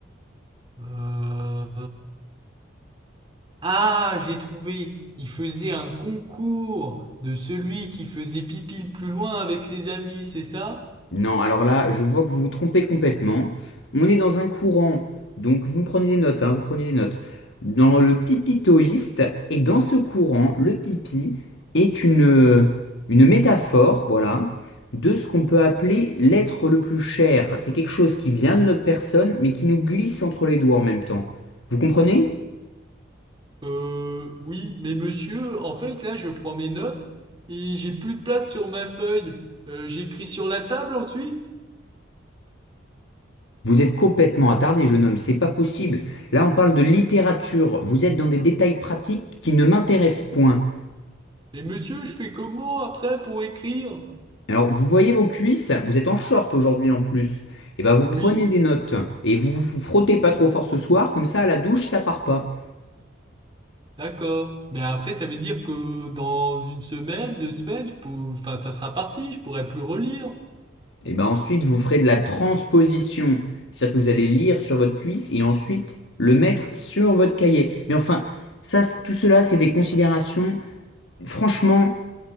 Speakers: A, on the right; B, on the left.
A: Euh, Ah, j'ai trouvé. Il faisait un concours de celui qui faisait pipi le plus loin avec ses amis, c'est ça?
B: Non, alors là, je vois que vous vous trompez complètement. On est dans un courant, donc vous me prenez des notes, hein, vous prenez des notes. Dans le pipitoïste, et dans ce courant, le pipi est une, euh, une métaphore, voilà, de ce qu'on peut appeler l'être le plus cher. C'est quelque chose qui vient de notre personne, mais qui nous glisse entre les doigts en même temps. Vous comprenez?
A: Euh, oui, mais monsieur, en fait, là, je prends mes notes et j'ai plus de place sur ma feuille. Euh, j'écris sur la table ensuite.
B: Vous êtes complètement attardé, jeune homme, c'est pas possible. Là, on parle de littérature, vous êtes dans des détails pratiques qui ne m'intéressent point.
A: Mais monsieur, je fais comment après pour écrire?
B: Alors, vous voyez vos cuisses, vous êtes en short aujourd'hui en plus. Et ben, vous
A: Oui,
B: prenez des notes et vous vous frottez pas trop fort ce soir, comme ça à la douche ça part pas.
A: d'accord. Mais après, ça veut dire que dans une semaine, deux semaines, je peux- enfin, ça sera parti, je pourrai plus relire.
B: Et ben ensuite vous ferez de la transposition, c'est-à-dire que vous allez lire sur votre cuisse et ensuite le mettre sur votre cahier. Mais enfin, ça, c- tout cela c'est des considérations Franchement,